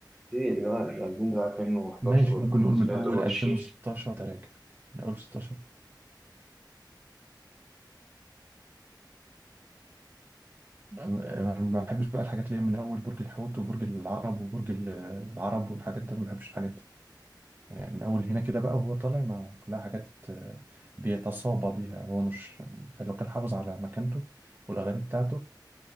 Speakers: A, in the centre; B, on the right (about 25°).
A: ايه اللي هو الالبوم بتاع 2011
B: ماشي ممكن
A: و2015
B: نقول من
A: دول
B: اول
A: وحشين
B: 2016 تراجع من اول 16 أنا ما بحبش بقى الحاجات اللي هي من اول برج الحوت وبرج العرب وبرج ال- العرب والحاجات دي أنا ما بحبش الحاجات دي آه، من اول هنا كده بقى وهو طالع مع كلها حاجات آه، بيتصابى بيها هو مش يعني لو كان حافظ على مكانته والاغاني بتاعته